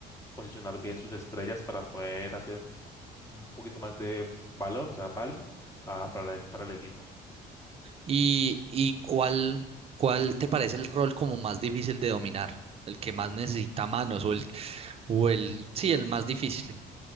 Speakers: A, on the left; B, on the right.
A: posicionar bien sus estrellas para poder hacer un poquito más de valor, o sea, value, ah, para el, para el equipo.
B: ¿Y, y cuál, cuál te parece el rol como más difícil de dominar? El que más necesita manos, o el, o el, sí, el más difícil.